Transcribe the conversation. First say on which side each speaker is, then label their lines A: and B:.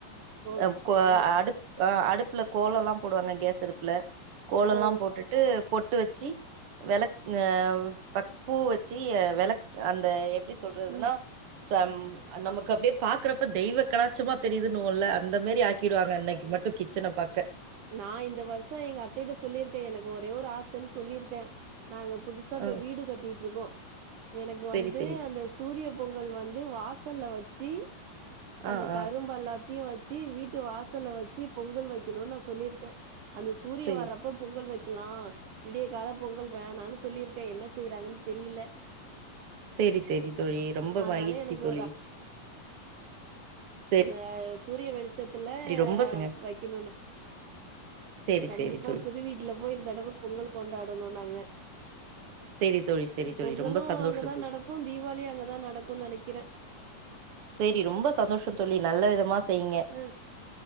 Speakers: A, on the right (about 70°); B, on the right (about 50°).
A: ஓக்
B: அ கோ
A: ஆ,
B: அடுப் அ அடுப்புல கோலலா போடுவாங்க கேஸ் அடுப்ல கோலலா
A: ஓ!
B: போட்டுட்டு பொட் டு வச்சி வெளக் ந தட் பூ வச்சி வெளக் அந்த எப் எப்படி சொல்றதுனா
A: ம்.
B: சம் அ நமக்கு அப்டியே பாக்குறப்ப தெய்வ கலாச்சமா தெரியுதுண்ணுவோல அந்த மாரி ஆக்கிர்வாங்க அன்னைக்கு மட் கிச்சன பாக்க
A: நா இந்த வருஷம் எங்க அத்தைகிட்ட சொல்லியிருக்கே எனக்கு ஒரே ஒரு ஆசைன் சொல்லிருக்கே நாங்க புதுசா இப்ப
B: ஆ
A: வீடு கட்டிட்ருக்கோ எனக்கு
B: செரி
A: வந்து
B: செரி
A: அந்த சூரிய பொங்கல் வந்து வாசல்ல வ சீ அந்த
B: ஆ
A: கரும்பெல்லாம்
B: ஆ
A: வச்சு வீட்டு வாசல்ல வச்சு பொங்கல் வைக்கணுனு நா சொல்லியிருக்கே அந்த சூரிய
B: செரி
A: வர்றப்ப பொங்கல் வைக் ஆ விடிய கால பொங்கல் வேணான்னு சொல்லியிருக்கேன் என்ன செய்யறாங்கன்னு தெரியல
B: சரி சரிதோழி ரொம்ப
A: அதனால
B: மகிழ்ச்சி
A: எனக்கு
B: தோழி செரி
A: ஹ சூரிய வெளி ச்சத்துல
B: ரொம்ப சங்க
A: வைக்கணுனு
B: செரி
A: கண்டிப்பா
B: செரி தோழி
A: புது வீட்டுல போய் இந்த தடவை பொங்கல் கொண்டாடனும் நாங்க
B: செரி தோழி செரி தோழி
A: பொங்களும்
B: ரொம்ப சந்தோஷோ
A: அங்கதான்
B: தோழி
A: நடக்கும் தீபாவாளியும் அங்கதான் நடக்கும்னு நினைக்கிறேன்
B: சரி ரொம்ப சந்தோஷம் தோழி நல்ல விதமா செய்ங்க
A: ம்